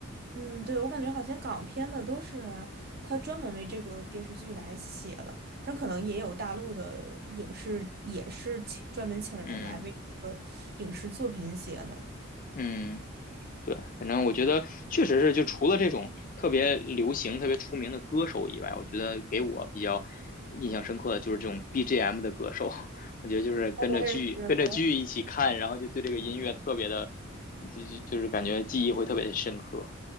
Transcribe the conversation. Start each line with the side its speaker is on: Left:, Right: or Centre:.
Right: 嗯，对，我感觉好像港片的都是他专门为这个电视剧来写的，但可能也有大陆的影视也是请专门请人来为这个影视作品写的。
Left: 嗯嗯。对，反正我觉得确实是，就除了这种特别流行、特别出名的歌手以外，我觉得给我比较印象深刻的就是这种 BGM 的歌手。我觉得就是跟着剧、
Right: 哦我也是，对。
Left: 跟着剧一起看，然后就对这个音乐特别的，就就就是感觉记忆会特别的深刻。